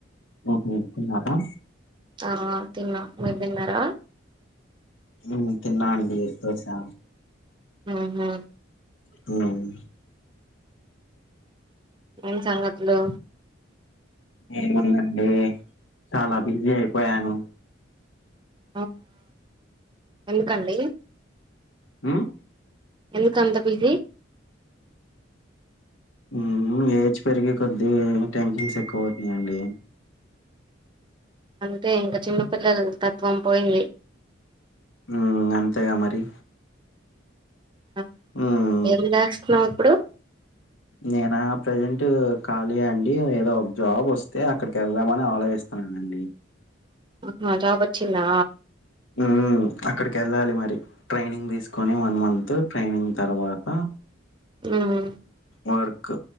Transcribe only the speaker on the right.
ఆ తిన్నా మీరు తిన్నారా
ఊహూ
ఏం సంగతులు
అవునా ఎందుకండి
ఎందుకంత బిజి
అదే తే ఇంక చిన్నపిల్లలు తత్వం పోయింది
ఆ
ఏం చేస్త్నావ్ ప్పుడు
ఆహ జాబ్ వచ్చిందా
ఉమ్